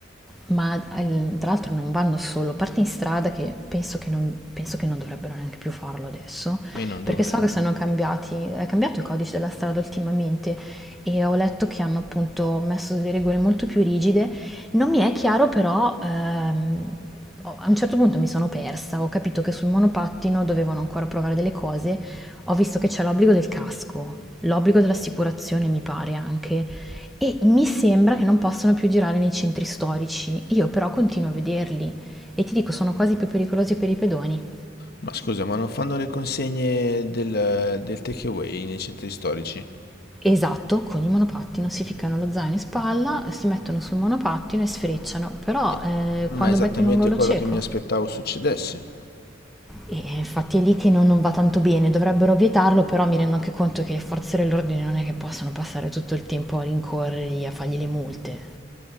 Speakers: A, in the centre; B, on the left.
A: ma al- tra l'altro non vanno solo, parte in strada che penso che non, penso che non dovrebbero neanche più farlo adesso,
B: E non dovrebbero.
A: perché so che sono cambiati, è cambiato il codice della strada ultimamente e ho letto che hanno appunto messo delle regole molto più rigide. Non mi è chiaro però, ehm, ho- a un certo punto mi sono persa, ho capito che sul monopattino dovevano ancora provare delle cose, ho visto che c'è l'obbligo del casco, l'obbligo dell'assicurazione mi pare anche, e mi sembra che non possano più girare nei centri storici. Io però continuo a vederli e ti dico, sono quasi più pericolosi per i pedoni.
B: Ma scusa, ma non fanno le consegne del, del takeaway nei centri storici?
A: Esatto, con i monopattino si ficcano lo zaino in spalla, si mettono sul monopattino e sfrecciano, però
B: Eh,
A: eh,
B: Ma
A: quando
B: è esattamente
A: becchi un angolo
B: quello
A: cieco.
B: che mi aspettavo succedesse.
A: E eh, infatti è lì che non, non va tanto bene, dovrebbero vietarlo, però mi rendo anche conto che le forze dell'ordine non è che possono passare tutto il tempo a rincorrerli, a fargli le multe.